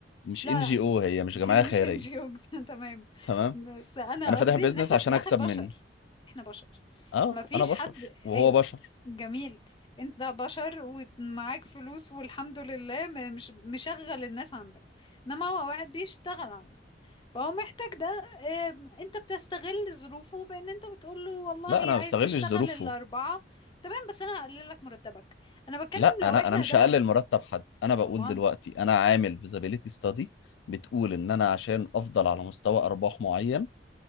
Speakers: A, on the left; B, on the left.
A: مش
B: لا
A: ان جي
B: لا
A: او
B: م-
A: هي مش جمعيه
B: هي مش
A: خيريه
B: ان جي او <laughs> تمام
A: تمام
B: بس انا
A: انا فاتح
B: قصدي
A: بيزنس
B: ان احنا
A: عشان
B: في الاخر
A: اكسب
B: بشر
A: منه
B: احنا بشر
A: اه
B: ما فيش
A: انا بشر
B: حد
A: وهو
B: ايوه
A: بشر
B: جميل انت بشر ومعاك فلوس والحمد لله م- مش مشغل الناس عندك انما هو واحد بيشتغل عندك فهو محتاج ده آم، انت بتستغل ظروفه بان انت بتقول له والله
A: لا انا ما
B: عايز
A: بستغلش
B: تشتغل
A: ظروفه
B: الاربعة تمام بس انا هقلل لك مرتبك انا بتكلم
A: لا انا
B: لو احنا
A: انا مش
B: ده
A: هقلل
B: بقى
A: مرتب حد انا بقول
B: امال
A: دلوقتي انا عامل فيزابيليتي ستادي بتقول ان انا عشان افضل على مستوى ارباح معين